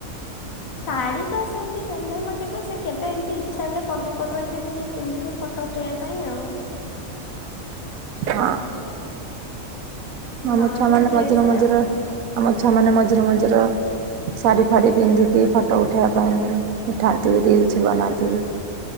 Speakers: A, on the left; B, on the right.
A: ଶାଢ଼ୀ ତ ସେମିତି <unintelligible> ସେ କେବେ ଏମିତି ଇଚ୍ଛା ହେଲେ ପର୍ବପର୍ବାଣିରେ ଟିକେ ପିନ୍ଧିକି ଫଟୋ ଉଠେଇବା ପାଇଁ ଆଉ।
B: ହଁ ଆମ
A: ନହେଲେ
B: ଛୁଆ ମାନେ
A: ଡ୍ରେସ
B: ମଝିରେ ମଝିରେ
A: ଆଉ।
B: ଆମ ଛୁଆ ମାନେ ମଝିରେ ମଝିରେ ଶାଢ଼ୀ ଫାଢ଼ ପିନ୍ଧିକି ଫଟୋ ଉଠାଇବା ପାଇଁ ଉଠାନ୍ତି ରିଲସ ବନାନ୍ତି।